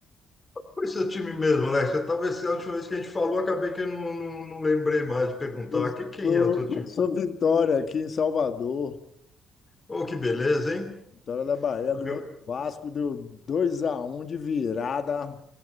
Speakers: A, on the left; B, on the left.
A: Foi seu time mesmo, Alex. Eu tava esse, a última vez que a gente falou, acabei que eu não, não, não lembrei mais de perguntar
B: Eu
A: quem, quem
B: sou,
A: é o teu time.
B: sou Vitória aqui em Salvador.
A: Oh, que beleza, hein?
B: Vitória da Bahia
A: Meu...
B: ganhou do Vasco, deu 2 a um de virada.